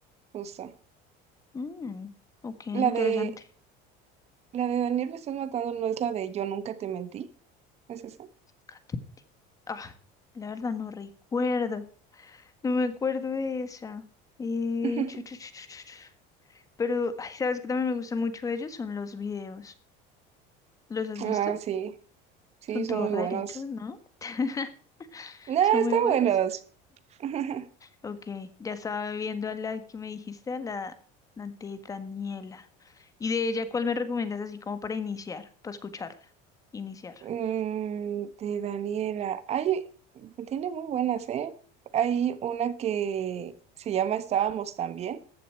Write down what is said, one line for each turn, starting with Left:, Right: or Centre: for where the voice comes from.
Right: justo.
Left: Mm, ok, interesante.
Right: La de la de Daniel me estás matando no es la de Yo nunca te mentí. ¿Es esa?
Left: Fíjate. Ah, la verdad no recuerdo. No me acuerdo de esa. Eh,
Right: <laughs>
Left: chu, chu, chu, chu, chu, chu. Pero, ay, ¿sabes qué también me gusta mucho de ellos? Son los videos. ¿Los has
Right: Ah,
Left: visto?
Right: sí. Sí,
Left: Son
Right: son
Left: todos
Right: muy
Left: raritos,
Right: buenos.
Left: ¿no? <laughs>
Right: No,
Left: Son
Right: están
Left: muy buenos.
Right: buenos. <laughs>
Left: Ok, ya estaba viendo a la que me dijiste, a la, la de Daniela. ¿Y de ella cuál me recomiendas así como para iniciar, para escucharla? Iniciar.
Right: Mm, de Daniela. Ay, tiene muy buenas, ¿eh? Hay una que se llama Estábamos también.